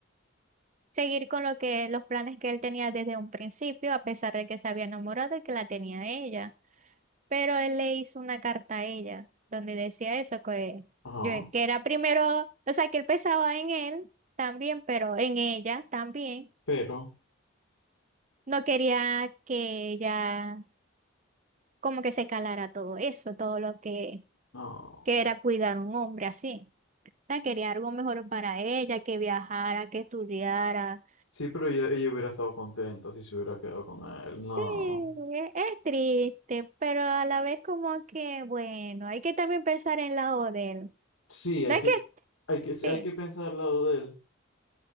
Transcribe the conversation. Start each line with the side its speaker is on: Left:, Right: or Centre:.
Right: seguir con lo que, los planes que él tenía desde un principio, a pesar de que se había enamorado y que la tenía ella. Pero él le hizo una carta a ella, donde decía eso, que,
Left: ajá,
Right: yo, que era primero, o sea, que él pensaba en él también, pero en ella también.
Left: pero,
Right: No quería que ella como que se calara todo eso, todo lo que
Left: no.
Right: que era cuidar a un hombre así. O sea, quería algo mejor para ella, que viajara, que estudiara.
Left: Sí, pero ella, ella hubiera estado contenta si se hubiera quedado con él,
Right: Sí,
Left: no.
Right: e- es, triste, pero a la vez como que, bueno, hay que también pensar en la de él.
Left: Sí, hay
Right: ¿No es
Left: que,
Right: que
Left: hay que, hay que
Right: sí,
Left: pensar al lado de él.